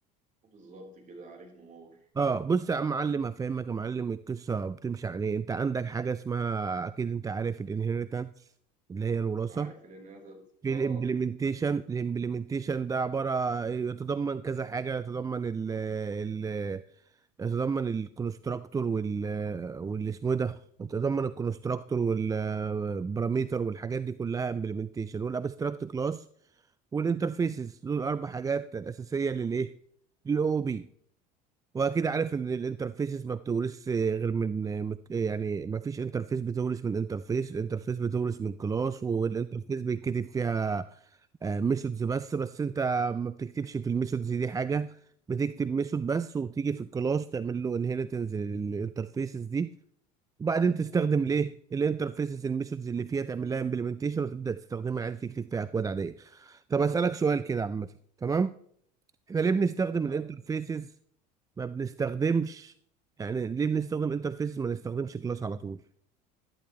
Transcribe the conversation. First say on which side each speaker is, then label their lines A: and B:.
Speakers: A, on the right; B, on the right.
A: بالظبط كده عليك نور
B: اه بص يا عم معلم هفهمك يا معلم القصه بتمشي عن ايه انت عندك حاجه اسمها اكيد انت عارف الانهيرتنس اللي هي الوراثه
A: عارف ان انا
B: في
A: اه
B: الامبلمنتيشن الامبلمنتيشن ده عباره يتضمن كذا حاجه يتضمن ال ال يتضمن الكونستراكتور وال واللي اسمه إيه ده يتضمن الكونستراكتور والباراميتر والحاجات دي كلها امبلمنتيشن والابستراكت كلاس والانترفيسز دول اربع حاجات الاساسيه للايه للاو بي واكيد عارف ان الانترفيسز ما بتورث غير من من- يعني ما فيش انترفيس بتورث من انترفيس الانترفيس بتورث من كلاس والانترفيس بيتكتب فيها ميثودز بس بس انت ما بتكتبش في الميثودز دي حاجه بتكتب ميثود بس وتيجي في الكلاس تعمل له انهيرتنس للانترفيسز دي وبعدين تستخدم ليه الانترفيسز الميثودز اللي فيها تعمل لها امبلمنتيشن وتبدا تستخدمها عادي تكتب فيها اكواد عاديه طب اسالك سؤال كده عامه تمام احنا ليه بنستخدم
A: لا
B: الانترفيسز ما بنستخدمش يعني ليه بنستخدم انترفيسز ما نستخدمش كلاس على طول